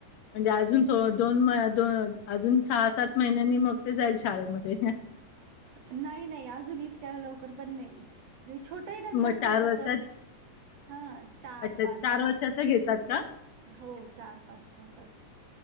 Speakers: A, on the left; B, on the right.
A: म्हणजे अजून थो दोन म दोन अजून सहा सात महिन्यांनी मग ते जाईल शाळेमध्ये.
B: नाही नाही अजून इतक्या लवकर पण नाही. नाही छोटं आहे ना तिला
A: मग
B: स्वतःचा.
A: वर्षात
B: हा चार
A: अच्छा
B: पाच अस
A: वर्षाचं घेतात का?
B: हो चार पाच असं.